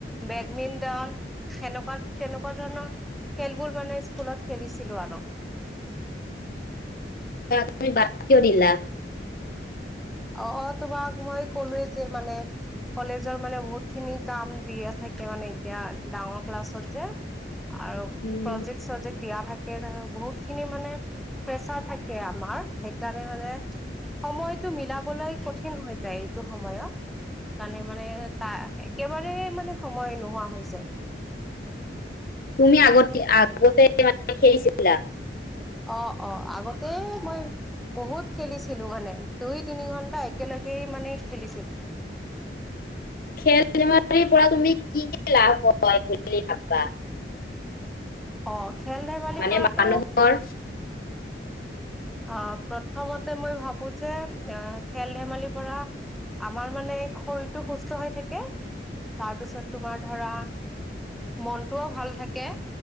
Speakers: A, in the centre; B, on the left.
A: বেডমিণ্টন সেনেকুৱাত তেনেকুৱা খেলবোৰ মানে স্কুলত খেলিছিলো আৰু।
B: তুমি বাদ কিয় দিলা?
A: অ তোমাক মই কলোয়ে যে মানে, কলেজৰ মানে বহুত খিনি কাম দিয়া থাকে মানে এতিয়া, ডাঙৰ ক্লাছত যে আৰু
B: উম,
A: প্ৰজেক্ট চজেক্ট দিয়া থাকে বহুত খিনি মানে প্ৰেচাৰ থাকে আমাৰ সেইকাৰণে মানে সময়তটো মিলাবলৈ কঠিন হৈ যায় এইটো সময়ত। কাৰণে মানে তা একেবাৰে মানে সময় নো হোৱা হৈ যায়।
B: তুমি আগতি আগতে মানে খেলিছিলা?
A: অ অ আগতে মই বহুত খেলিছিলো মানে, দুই তিনি ঘন্টা একেলগেই মানে খেলিছিলো।
B: খেল ধেমালিৰ পৰা তুমি কি কি লাভ হয় বুলি ভাবা?
A: অ। খেল ধেমালি
B: মানে
A: পৰাতো
B: মানুহৰ
A: অহ প্ৰথমতে মই ভাবো যে এ খেল ধেমালিৰ পৰা আমাৰ মানে শৰীৰটো সুস্থ হৈ থাকে তাৰ পিছত তোমাৰ ধৰা মনটোও ভাল থাকে